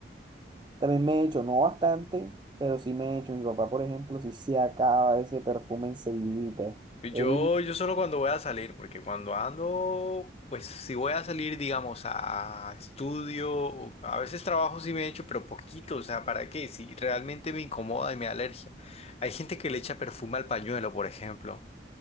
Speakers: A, on the right (about 25°); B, on the left (about 35°).
A: también me he hecho, no bastante, pero sí me he hecho. Mi papá, por ejemplo, sí se acaba ese perfume enseguidita.
B: Yo,
A: Él
B: yo solo cuando voy a salir, porque cuando ando, pues si voy a salir, digamos, a estudio, o- a veces trabajo sí me echo, pero poquito, o sea, ¿para qué? Si realmente me incomoda y me da alergia. Hay gente que le echa perfume al pañuelo, por ejemplo.